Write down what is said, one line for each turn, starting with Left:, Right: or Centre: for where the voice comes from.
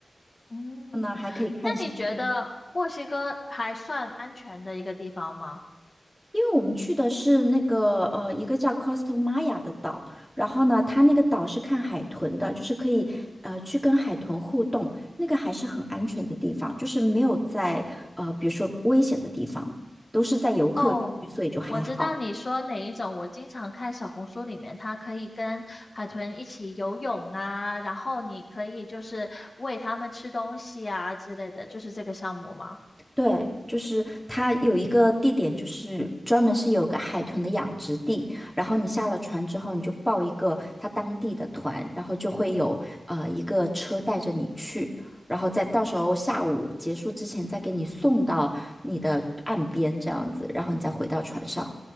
Left: 嗯，
Centre: 后呢还可以看星
Left: 那你觉得墨西哥还算安全的一个地方吗？
Centre: 因为我们去的是那个呃一个叫 Costa Maya 的岛，然后呢，它那个岛是看海豚的，就是可以呃去跟海豚互动，那个还是很安全的地方，就是没有在呃比如说危险的地方，都是在游客区，
Left: 哦，
Centre: 所以就还好。
Left: 我知道你说哪一种。我经常看小红书里面，它可以跟海豚一起游泳啊，然后你可以就是喂它们吃东西啊之类的，就是这个项目吗？
Centre: 对，就是它有一个地点，就是专门是有个海豚的养殖地，然后你下了船之后，你就报一个它当地的团，然后就会有呃一个车带着你去，然后再到时候下午结束之前再给你送到你的岸边这样子，然后你再回到船上。哦